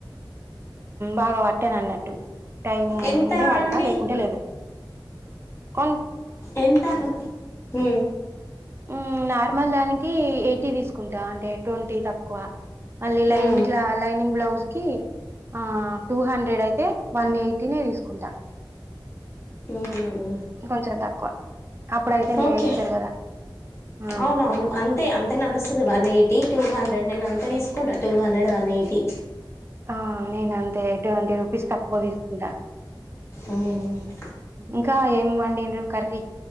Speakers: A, on the right; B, on the left.
A: బాగా పట్టానున్నట్టు <unintelligible> టైమ్
B: ఎంత
A: ఉంటే పడతా
B: అండి
A: లేకుంటే లేదు కోన్
B: ఎంత అంటున్న ఉ
A: ఉమ్ నార్మల్ దానికి ఎయిటీ తీసుకుంటా అంటే ట్వంటీ తక్కువ మళ్ళీ లైనింగ్
B: మ్మ్
A: క్లా లైనింగ్ బ్లౌజ్ కి ఆ టూ హండ్రెడ్ అయితే వన్ ఎయిటీనే తీసుకుంటా
B: మ్మ్
A: కొంచం తక్కువ అప్పుడైతేనే
B: ఓకే
A: వేస్తారు కదా ఆ
B: అవునవును అంతే అంతే నడుస్తుంది వన్ ఎయిటీ టూ హండ్రెడ్ నేను అంతే తీసుకుంటా టూ హండ్రెడ్ వన్ ఎయిటీ
A: ఆ నేను అంతే ట్వంటీ రూపీస్ తక్కువ తీసుకుంటా
B: ఉమ్
A: ఇంకా ఏమి వండిన్రూ కర్రీ